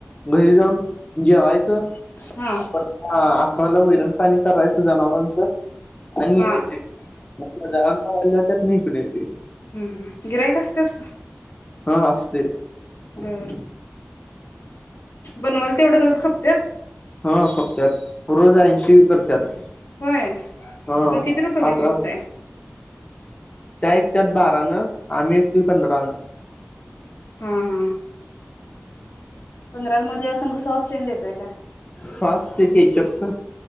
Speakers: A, on the left (about 30°); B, on the left (about 75°).
A: घरी जाऊन जेवायचं,
B: हा
A: परतन आखराला वैरण पाणी करायचं जनावरांच आणि
B: हा
A: <unintelligible> <unintelligible> जात्यात मी हिकड येतोय.
B: हम्म हम् गिरायक असत्यात का?
A: हा असते.
B: बर, बनवाल तेवड रोज खपत्यात?
A: ह खपत्यात, रोज ऐंशी करत्यात.
B: होय,
A: हा
B: मग किती रुपयला
A: आता
B: एक विकताय? <inaudible>
A: त्या इकत्यात बा रानं, आम्ही विकतुय पंधरानं
B: हा हा. पंधरांमध्ये तेयासंग सॉस तेन देताय काय?
A: सॉस ते केचअपच